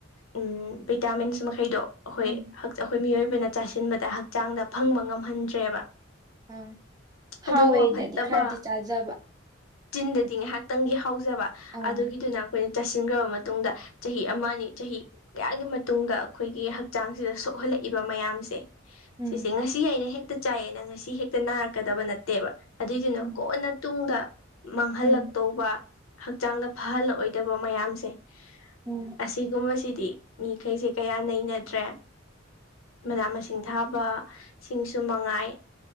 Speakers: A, on the left; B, on the right.
A: ꯎꯝ ꯚꯤꯇꯥꯃꯤꯟꯁ ꯃꯈꯩꯗꯣ ꯑꯩꯈꯣꯏ
B: ꯎꯝ
A: ꯑꯩꯈꯣꯏ ꯃꯤꯑꯣꯏꯕꯅ ꯆꯥꯁꯤꯟꯕꯗ ꯍꯛꯆꯥꯡꯗ ꯐꯪꯕ ꯉꯝꯍꯟꯗ꯭ꯔꯦꯕ
B: ꯑꯥ
A: ꯑꯗꯨꯒꯨꯝꯕ
B: ꯍꯥꯎꯋꯦꯅꯗꯤ
A: ꯐꯠꯇꯕ
B: ꯈꯔꯗꯤ ꯆꯥꯖꯕ
A: ꯆꯤꯟꯗꯗꯤ ꯉꯥꯏꯍꯥꯛꯇꯪꯒꯤ ꯍꯧꯖꯕ
B: ꯑꯥ
A: ꯑꯗꯨꯒꯤꯗꯨꯅ ꯑꯩꯈꯣꯏꯅ ꯆꯥꯁꯤꯟꯈ꯭ꯔꯕ ꯃꯇꯨꯡꯗ ꯆꯍꯤ ꯑꯃ ꯑꯅꯤ ꯆꯍꯤ ꯀꯌꯥꯒꯤ ꯃꯇꯨꯡꯗ ꯑꯩꯈꯣꯏꯒꯤ ꯍꯛꯆꯥꯡꯁꯤꯗ ꯁꯣꯛꯍꯜꯂꯛꯏꯕ ꯃꯌꯥꯝꯁꯦ
B: ꯎꯝ
A: ꯁꯤꯁꯦ ꯉꯁꯤ ꯑꯩꯅ ꯍꯦꯛꯇ ꯆꯥꯏꯑꯦꯅ ꯉꯁꯤ ꯍꯦꯛꯇ ꯅꯥꯔꯛꯀꯗꯕ ꯅꯠꯇꯦꯕ ꯑꯗꯨꯏꯗꯨꯅ
B: ꯎꯝ
A: ꯀꯣꯟꯅ ꯇꯨꯡꯗ ꯃꯥꯡꯍꯜꯂꯛꯇꯧꯕ
B: ꯎꯝ
A: ꯍꯛꯆꯥꯡꯗ ꯐꯍꯜꯂꯛꯑꯣꯏꯗꯕ ꯃꯌꯥꯝꯁꯦ
B: ꯎꯝ
A: ꯑꯁꯤꯒꯨꯝꯕꯁꯤꯗꯤ ꯃꯤꯈꯩꯁꯦ ꯀꯌꯥ ꯅꯩꯅꯗ꯭ꯔꯦ ꯃꯅꯥ ꯃꯁꯤꯡ ꯊꯥꯕ ꯁꯤꯡꯁꯨ ꯃꯉꯥꯏ